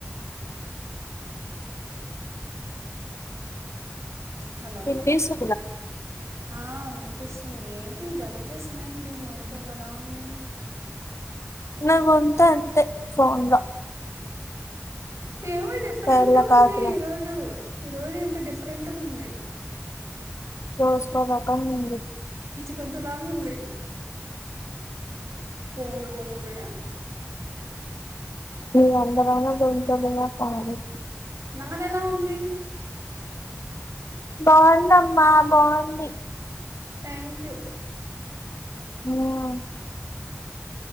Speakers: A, on the right; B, on the left.
A: హలో
B: పినిసున
A: ఆ వినిపిస్తుంది ఏంటి జలుబు చేసిందా ఏంటి గొంత ఏదోలా ఉంది
B: నా గొంతు అంతే ఫోన్ లో
A: ఏమో డిఫరెంట్
B: పేర్ల
A: ఉంది
B: కాకుల
A: ఈ రోజు ఈ రోజు ఏంటో డిఫరెంట్ ఉంది
B: రోజుకో రకం ఉంది
A: గుంతలా ఉంది బొంగురు బొంగురుగా
B: మీ అందరైనా గొంతులా కాదు
A: నాది ఎలా ఉంది
B: బాగుందమ్మా బాగుంది
A: థ్యాంక్ యూ
B: ఉహు